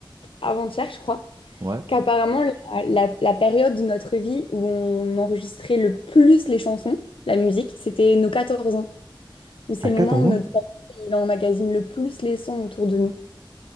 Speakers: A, on the left (about 80°); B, on the right (about 45°).
A: avant-hier, je crois.
B: Ouais.
A: qu'apparemment, la, la- la période de notre vie où on enregistrait le plus les chansons, la musique, c'était nos 14 ans, où c'est
B: À
A: le
B: 14
A: moment où
B: ans?
A: notre cerveau, il emmagasine le plus les sons autour de nous.